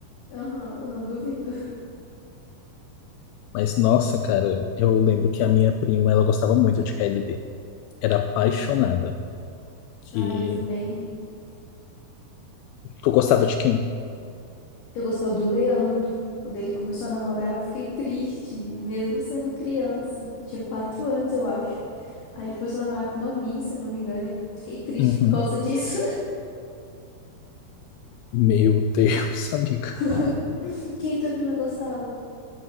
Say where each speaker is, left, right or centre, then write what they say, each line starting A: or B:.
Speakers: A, on the left; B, on the left.
A: Aham, eu não duvido.
B: Mas nossa, cara, eu lembro que a minha prima, ela gostava muito de KLB. Era apaixonada.
A: Uhum.
B: Que
A: Ah, eu também.
B: tu gostava de quem?
A: Eu gostava do Leandro. Quando ele começou a namorar, eu fiquei triste, mesmo sendo criança. Tinha quatro anos, eu acho. Aí ele começou a namorar com uma Miss, se eu não me engano, e eu fiquei triste
B: Uhum.
A: por causa disso.
B: Meu Deus, <laughs> amiga.
A: <laughs> Quem tua prima gostava?